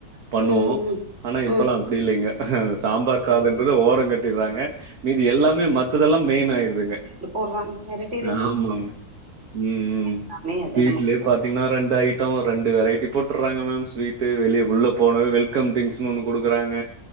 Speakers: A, on the right; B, on the right.
A: பண்ணுவோ
B: ம் ம்
A: ஆனா இப்பலா
B: ம்
A: அப்டி இல்லைங்க அது சாம்பார் சாதன்றது
B: ஆமா
A: ஓரங்கட் டிறாங்க மீதி எல்லாமே மத்ததெல்லா மெய்ன் ஆய்ர்துங்க
B: இப் போட்றாங்கரு
A: ஆமாங்க ம் ம்
B: எல்லாமே அது
A: வீட்லே
B: நம்ம
A: பாத் தீங்னா ரெண்டு ஐட்டோ ரெண்டு வெரைட்டி போட்டுறாங்க மேம் ஸ்வீட்டு வெளிய உள்ள போனா வெல் கம் ட்ரிங்ஸ்ன் ஒன்னு குடுக்குறாங்க